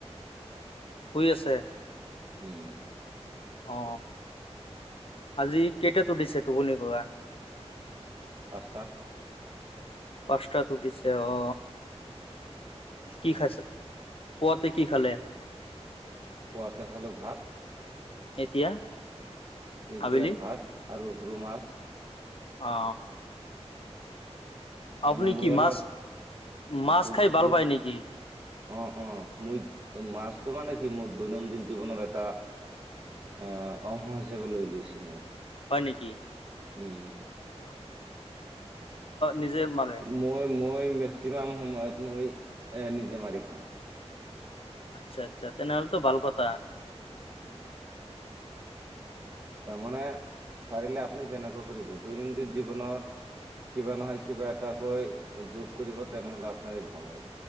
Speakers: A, on the left; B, on the right.
A: শুই আছে?
B: উম।
A: অ আজি কেইটাত উঠিছে তুপনিৰ পৰা?
B: পাঁচ টাত
A: পাঁচটাত উঠিছে অ
B: উম।
A: কি খাইছে পুৱাতে কি খালে?
B: পোৱাতে খালো ভাত
A: এতিয়া?
B: এতিয়া
A: আবেলি
B: ভাত আৰু সৰু মাছ।
A: অ আপুনি
B: মানে মই
A: কি
B: অলপ
A: মাছ মাছ
B: দু
A: খাই ভাল
B: দু
A: পায় নেকি
B: অ অ মই মাছটো মানে কি মোৰ দৈনন্দিন জীৱনৰ এটা আহ অংশ হিচাপে লৈ লৈছো মই।
A: হয় নেকি?
B: উম
A: নিজে মাৰে?
B: মই মই মেক্সিমাম সময়ত মই এ নিজে মাৰি খাওঁ।
A: আচ্ছা আচ্ছা তেনেহ'লেতো ভাল কথা।
B: উম। তাৰমানে পাৰিলে আপুনি তেনেকুৱা কৰিব। দৈনন্দিন জীৱনত কিবা নহয় কিবা এটা কৈ যোগ কৰিব তেনেহলে আপোনাৰে ভাল হ'ব।